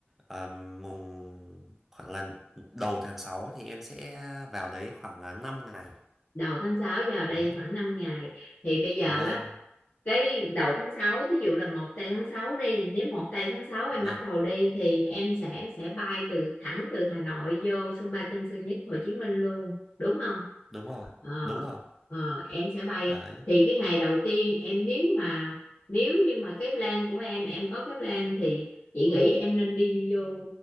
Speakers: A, in the centre; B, on the left (about 55°).
A: ờm, mùng khoảng là đầu tháng 6 thì em sẽ vào đấy khoảng ờ, 5 ngày
B: đầu tháng 6 vào
A: đấy.
B: đây khoảng năm ngày thì bây giờ
A: vâng
B: á cái đầu tháng 6 thí dụ là một tây tháng 6 đi nếu một tây tháng 6 em
A: vâng
B: bắt đầu đi thì em sẽ sẽ bay từ thẳng từ Hà Nội vô sân bay Tân Sơn Nhất Hồ Chí Minh luôn đúng không
A: đúng rồi
B: ờ,
A: đúng rồi
B: ờ, em sẽ bay
A: đấy
B: thì cái ngày đầu tiên em nếu mà nếu như mà cái plan của em em có cái plan thì chị nghĩ em nên đi vô